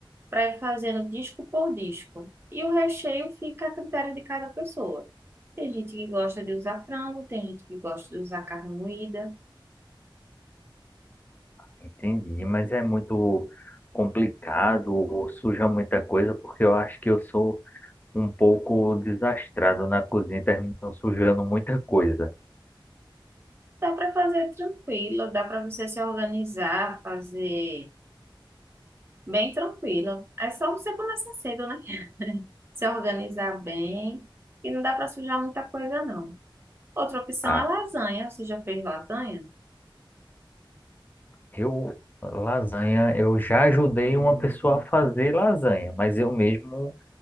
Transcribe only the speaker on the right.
para ir fazendo disco por disco. E o recheio fica a critério de cada pessoa. Tem gente que gosta de usar frango, tem gente que gosta de usar carne moída.
Dá para fazer tranquilo, dá para você se organizar, fazer bem tranquilo. É só você começar cedo, né? Se organizar bem e não dá para sujar muita coisa, não. Outra opção
é lasanha. Você já fez lasanha?